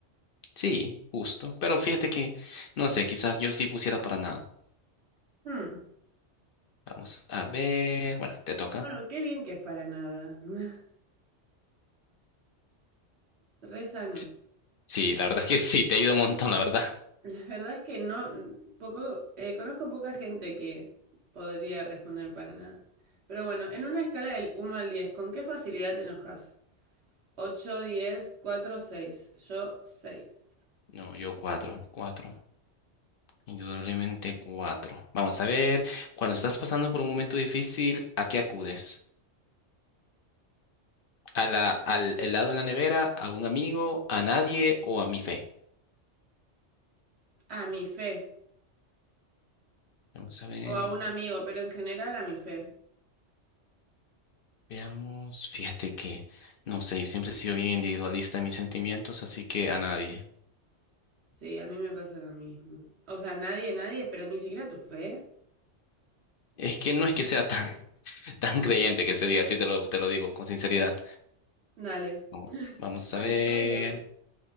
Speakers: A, on the left (about 55°); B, on the right (about 65°).
A: Sí, justo, pero fíjate que, no sé, quizás yo sí pusiera para nada.
B: Hmm,
A: Vamos a ver. Bueno, te toca.
B: Bueno, qué bien que es para nada. <laughs> Re sano.
A: Sí, sí, la verdad es que sí, te ayuda un montón, la verdad.
B: La verdad es que no, n- poco, eh, conozco poca gente que podría responder para nada. Pero bueno, en una escala del uno al 10, ¿con qué facilidad te enojas? ocho 10 4 seis Yo 6.
A: No, yo cuatro, cuatro. Indudablemente cuatro. Vamos a ver. Cuando estás pasando por un momento difícil, ¿a qué acudes? ¿A la, al helado en la nevera? ¿A un amigo? ¿A nadie? ¿O a mi fe?
B: a mi fe.
A: Vamos a ver.
B: O a un amigo, pero en general a mi fe.
A: Veamos. Fíjate que, no sé, yo siempre he sido bien individualista en mis sentimientos, así que a nadie.
B: Sí, a mí me pasa lo mismo. O sea, nadie, nadie, pero ni siquiera tu fe.
A: Es que no es que sea tan, <laughs> tan creyente que se diga, así te lo, te lo digo con sinceridad.
B: Dale.
A: Como- Vamos
B: Bueno,
A: a ver.
B: está bien.